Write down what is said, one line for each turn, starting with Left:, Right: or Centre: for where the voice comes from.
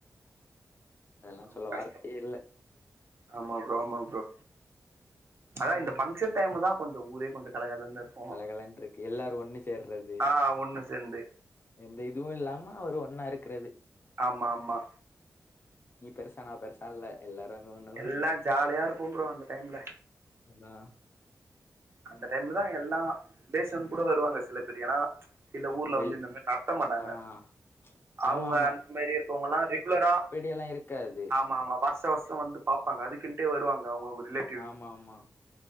Left: அதெல்லா
Right: ரொம்ப
Left: சொல்ல
Right: கஷ்டம்
Left: வார்த்தையே இல்ல
Right: ஆமா ப்ரோ ஆமா ப்ரோ அதா
Left: ம்.
Right: இந்த ஃபங்க்ஷன் டைம்ல தா கொஞ்ச ஊரே கொஞ்ச கலகலன்னு இருக்கு
Left: கலகலன்ட்ருக்கு எல்லாரு ஒண்ணு சேர்றது
Right: ஆ ஒண்ணு சேந்து
Left: எந்த இதுவு இல்லாம அவரு ஒன்னா இருக்கிறது
Right: ஆமா ஆமா
Left: நீ பெருசா நா பெருசா இல்ல எல்லாரு அங்க ஒன்னு
Right: எல்லா ஜாலியா இருக்கும் பரோ அந்த டைம்ல
Left: அதா
Right: அந்த டைம்லதா எல்லா ரிலேஷன் கூட வருவாங்க சில பேர் ஏனா சில
Left: ஆமா.
Right: ஊர்ல
Left: வெள்
Right: வந்து இந்த மாரி நடத்த மாட்டாங்க
Left: ஆ.
Right: அவுங்க
Left: ஆமா
Right: அந்த மாரி இருக்கவங்கல்லா ரெகுலரா
Left: இப்டி எல்லா இருக்காது
Right: மாமா வருஷ வருஷ வந்து பாப்பாங்க அதுக்கின்டே வருவாங்க அவுங்க அவுங்க ரிலேட்
Left: ஆமா ஆமா